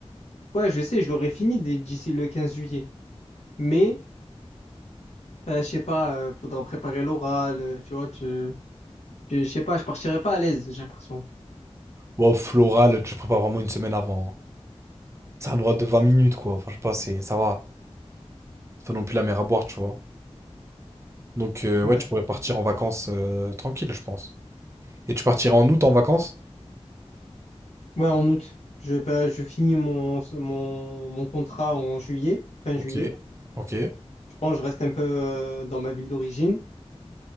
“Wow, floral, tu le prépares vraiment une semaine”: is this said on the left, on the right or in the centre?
Right